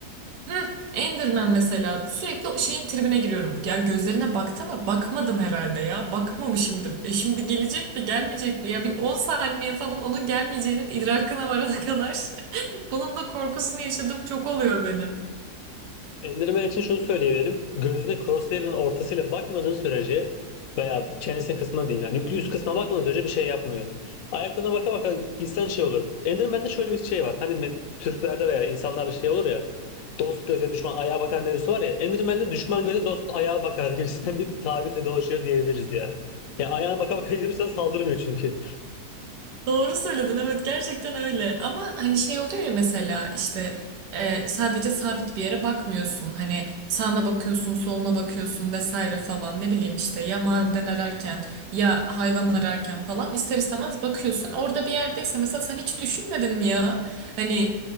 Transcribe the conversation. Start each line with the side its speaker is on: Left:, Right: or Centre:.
Right: Hı, Enderman mesela. Sürekli o şeyin tribine giriyorum. Ya gözlerine baktı ama bakmadım herhalde ya. Bakmamışımdır. E şimdi gelecek mi gelmeyecek mi? Ya bir 10 saniye falan onun gelmeyeceğinin idrakına varana kadar. <laughs> Bunun da korkusunu yaşadığım çok oluyor benim.
Left: Enderman için şunu söyleyebilirim. Gözüne Crosshair'ın ortasıyla bakmadığın sürece veya çenesinin kısmına diyeyim yani yük- yüz kısmına bakmadığın sürece bir şey yapmıyor. Ayaklarına baka baka gitsen şey olur. Enderman'de şöyle bir şey var. Hani me- Türklerde veya insanlarda şey olur ya. Dost göze düşman ayağa bakar mevzusu var ya. Enderman'de düşman göze dost ayağa bakar gibisinden bir tabirle dolaşıyor diyebiliriz ya. Ya ayağına baka baka yürürsen saldırmıyor çünkü.
Right: Doğru söyledin evet gerçekten öyle ama hani şey oluyor ya mesela işte e, sadece sabit bir yere bakmıyorsun hani sağına bakıyorsun soluna bakıyorsun vesaire falan ne bileyim işte ya maden ararken ya hayvan ararken falan ister istemez bakıyorsun orada bir yerdeyse mesela sen hiç düşünmedin mi ya hani